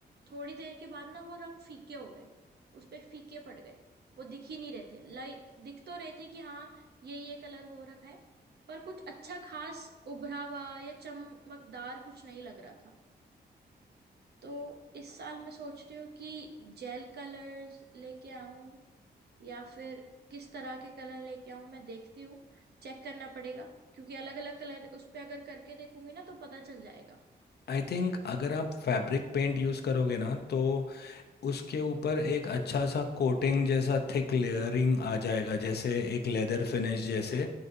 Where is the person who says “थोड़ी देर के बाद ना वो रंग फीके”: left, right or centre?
Right